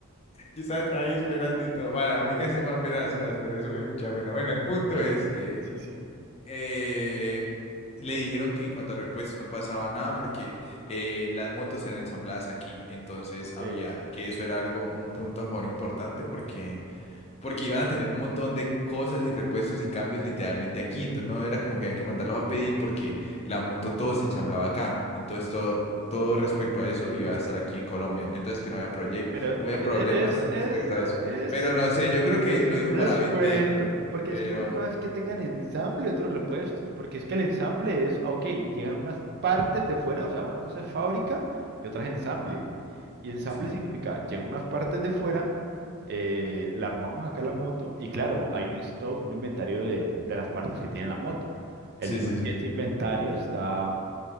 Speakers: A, on the left; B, on the right.
A: yo estaba ahí esperando y todo. Bueno,
B: Ok,
A: a mí casi no me da pena las cosas, pero eso me dio mucha pena. Bueno, el punto
B: ok.
A: es que
B: Sí, sí.
A: eh, le dijeron que en cuanto a repuestos no pasaba nada porque eh, las motos eran ensambladas aquí. Entonces
B: Ok.
A: había que eso era algo, un punto a favor importante porque porque iban a tener un montón de cosas y repuestos y cambios literalmente aquí. Entonces no era como que había que mandarlos a pedir porque la moto todo se ensamblaba acá. Entonces todo, todo respecto a eso iba a estar aquí en Colombia. Entonces que no había proye-
B: Pero eh,
A: no había
B: eh,
A: problemas
B: eso, sí. eso,
A: respecto a eso.
B: eso,
A: Pero no sé, yo creo que
B: eso,
A: lo
B: eso
A: dijo para
B: es
A: venderla.
B: cuento. Porque
A: Pero
B: es que una cosa es que tengan ensamble y otros repuestos. Porque es que el ensamble es, ah, ok, llegan unas partes de fuera, o sea, una cosa es fábrica y otra es ensamble. Y ensamble
A: sí.
B: significa, llegan unas partes de fuera, eh, la armamos acá la moto y claro, hay
A: Ujú.
B: un stock, un inventario de, de las partes que tiene la moto. El
A: Sí,
B: tema
A: sí,
B: es
A: sí.
B: que este inventario está